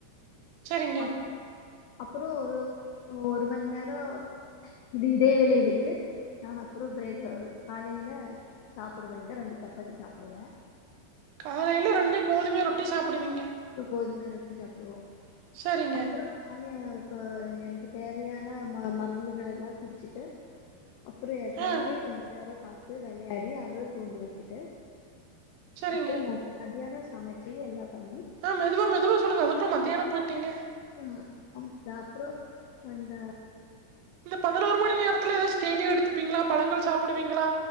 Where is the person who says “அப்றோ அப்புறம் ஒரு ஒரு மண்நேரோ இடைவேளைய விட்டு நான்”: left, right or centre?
Left